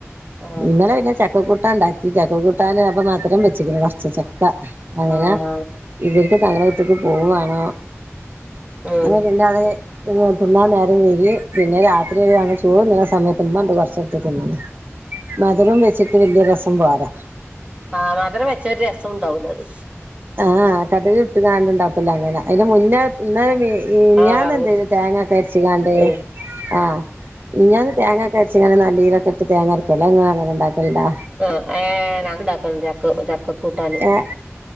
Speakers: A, on the right (about 25°); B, on the right (about 45°).
A: ആഹ്
B: ഇന്നലെ പിന്നെ ചക്ക കൂട്ടാൻ ഇണ്ടാക്കി ചക്ക കൂട്ടാന് അപ്പം മധുരം വെച്ചക്കണ് കൊറച്ച് ച ക്ക അങ്ങനെ
A: ആഹ്
B: ഇവർക്ക് <inaudible> പോവേം വേണം
A: ഉം
B: അങ്ങനെ പിന്നെ അത് തിന്നാ നേരം വൈകി പിന്നെ രാത്രി ഞങ്ങ ചോർന്നണ സമയത്ത് ഉമ്മണ്ട് കൊറച്ചെടുത്ത് തിന്നണ് മധരം വെച്ചിട്ട് വല്യ രസം പോരാ
A: ആഹ് മധരം വെച്ച ഒരു രസം ഉണ്ടാവൂല അത്
B: ആഹ് കട് കിട്ട്കാണ്ട് ഇണ്ടാക്കൂലെ അങ്ങനെ അതിന് മുന്നേ ന്നലെ
A: ആഹ്
B: ഞാൻ
A: വറവിട്ട്
B: എന്തേത് തേങ്ങൊക്കെ അരച്ച് കാണ്ട്
A: ഉം
B: ആഹ് മിഞാന്ന് തേങ്ങൊക്കെ അരച്ചിങ്ങാന് നല്ലീരൊക്കെ ഇട്ട് തേങ്ങ അരക്കല്ലോ ഇങ്ങള് അങ്ങനെ ഇണ്ടാക്കലിണ്ടാ
A: അഹ് ഏ ഞങ്ങണ്ടാക്കലിണ്ട് ചക്ക ചക്ക കൂട്ടാന്
B: ഏഹ്